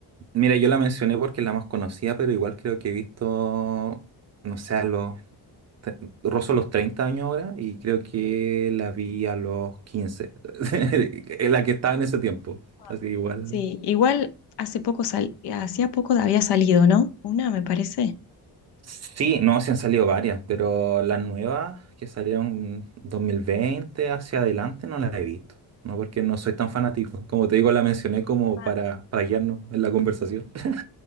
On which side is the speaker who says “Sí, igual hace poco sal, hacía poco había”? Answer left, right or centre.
Left